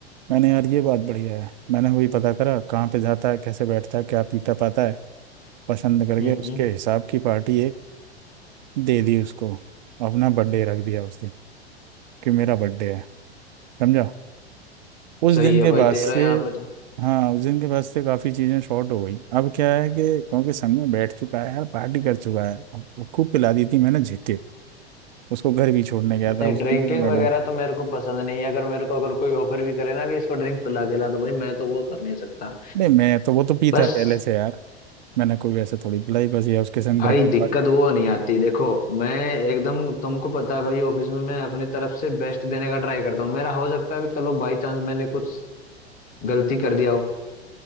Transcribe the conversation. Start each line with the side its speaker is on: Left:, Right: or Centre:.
Right: मैंने यार ये बात बढ़िया है मैंने वही पता करा कहाँ पे जाता है कैसे बैठता है क्या पीता पाता है पसंद करके
Left: हम्म
Right: उसके
Left: हम्म,
Right: हिसाब की पार्टी एक दे दी उसको अपना बर्थडे रख दिया उस दिन कि मेरा बर्थडे है समझा उस
Left: सही
Right: दिन
Left: है
Right: के बाद
Left: भाई
Right: से
Left: तेरा यहाँ पे तो
Right: हाँ उस दिन के बाद से काफ़ी चीज़ें शॉर्ट हो गई अब क्या है कि क्योंकि संग में बैठ चुका है यार पार्टी कर चुका है वो खूब पिला दी थी मैंने झिक के उसको घर भी छोड़ने गया
Left: नहीं
Right: था उसकी
Left: ड्रिंकिंग
Right: मैडम
Left: वगैरह तो मेरे को पसंद नहीं है अगर मेरे को अगर कोई ऑफर भी करे ना कि इसको ड्रिंक पिला के ला तो भाई मैं तो वो कर नहीं सकता
Right: नहीं मैं तो वो तो पीता
Left: बस
Right: पहले से यार मैंने कोई वैसे थोड़ी पिलाई बस ये उसके संग
Left: भाई
Right: बैठ के
Left: दिक्कत
Right: पार्टी
Left: वो नहीं आती देखो मैं एकदम तुमको पता है भाई ऑफिस में मैं अपनी तरफ से बेस्ट देने का ट्राई करता हूँ मेरा हो सकता है कि चलो बाई चांस मैंने कुछ गलती कर दिया हो